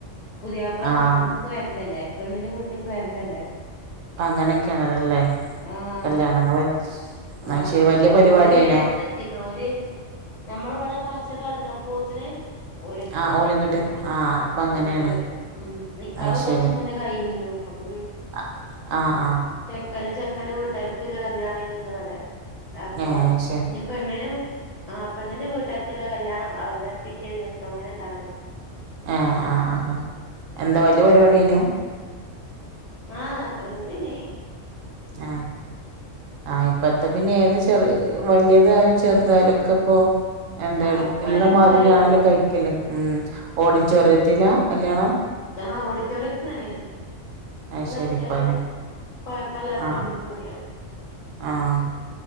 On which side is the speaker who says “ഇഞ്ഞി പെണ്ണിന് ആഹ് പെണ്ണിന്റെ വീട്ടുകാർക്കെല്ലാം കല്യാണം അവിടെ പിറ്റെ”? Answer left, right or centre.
Left